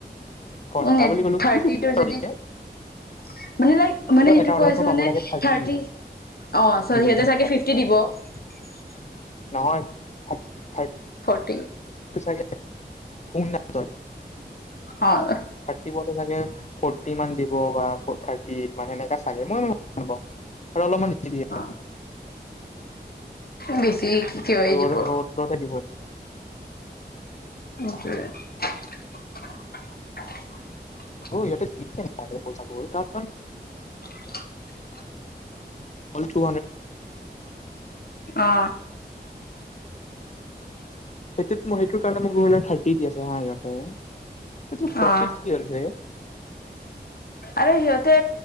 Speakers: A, on the left; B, on the left.
A: <unintelligible>
B: ঘন্টা বুলি ক'লো কি এটা অৰ্ডাৰত মই
A: উ
B: পাব লাগে থাৰ্টি দিব সেনেকুৱা টাইপ লাগে নহয় থ
A: ফৰ্টি
B: চাগে উনৰ
A: অ
B: থাৰ্টাগে ফৰ্টি মান দিব বা ফ থাৰ্ি এইট মানে এনেককা চাগে মই অ আৰু অলপমান বেছি দিয়ে
A: অ বেছি ক
B: ৰ'দ
A: দিব
B: ৰ'দতে দিব
A: সটে <unintelligible>
B: অ ইটো ঠিকে ন পইচা কাৰণ
A: <unintelligible>
B: ডড টো
A: অ
B: এটো মইেইটো কাৰণে ম গহণা থাকি কি আছে আহ ইতে ত প্ৰফিট
A: অ
B: কি হল ভ
A: আৰু সিহঁতে